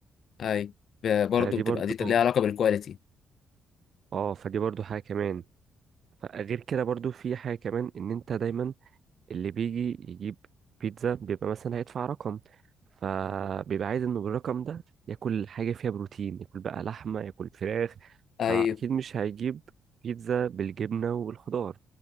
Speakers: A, on the left; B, on the right.
A: ايوه ب- برضه
B: فدي
A: بتبقى
B: برضو
A: دي ليها علاقه بالكواليتي
B: اه فدي برضو حاجة كمان فغير كده برضو في حاجة كمان ان انت دايما اللي بيجي يجيب بيتزا بيبقى مثلا هيدفع رقم فبيبقى عايز انه بالرقم ده ياكل حاجة فيها بروتين ياكل بقى لحمة ياكل فراخ
A: ايوه
B: فأكيد مش هيجيب بيتزا بالجبنة والخضار